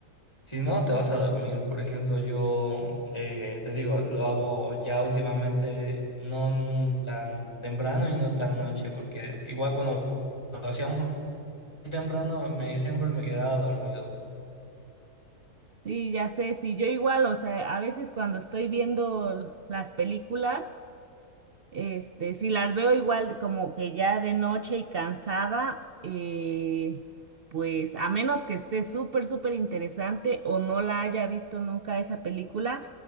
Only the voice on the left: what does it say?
Si no, te vas a dormir. Por ejemplo, yo eh, te digo, lo hago ya últimamente no n- tan temprano y no tan noche, porque igual cuando lo hacía muy temprano me siempre me quedaba dormido.